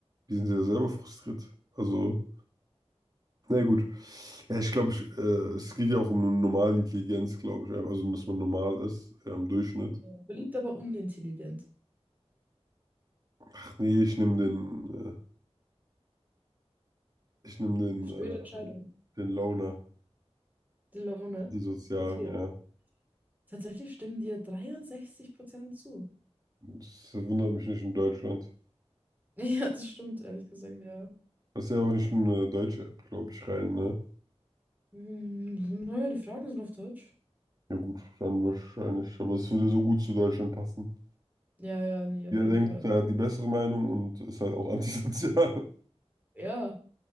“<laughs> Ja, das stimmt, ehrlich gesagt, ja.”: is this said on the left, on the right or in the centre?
Right